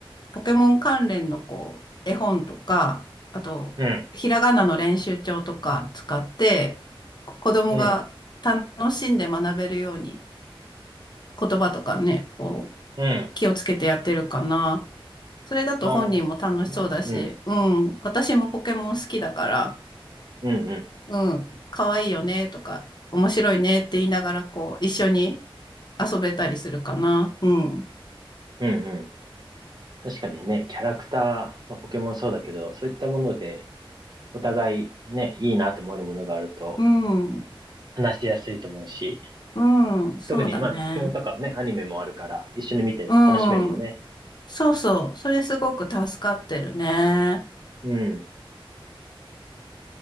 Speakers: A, on the left; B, on the right.
A: ポケモン関連のこう、絵本とか、あと、
B: うん、
A: ひらがなの練習帳とか使って、子供が楽しんで学べるように、
B: うん、
A: 言葉とかね、こう、
B: うん。
A: 気をつけてやってるかな。それだと本人も楽しそうだし、
B: ああ、そうね。うん、
A: うん、私もポケモン好きだから、
B: うん、うん、
A: うん、可愛いよねとか、面白いねって言いながら、こう、一緒に遊べたりするかな。うん、
B: うん、うん。確かにね、キャラクター、まあ、ポケモンそうだけど、そういったもので、お互いね、いいなと思えるものがあると、
A: うん、
B: 話しやすいと思うし、
A: うん、そうだね。
B: 特にまあ、ポケモンとかね、アニメもあるから、一緒に見て楽しめるよね。
A: うん、そうそう、それすごく助かってるね。
B: うん。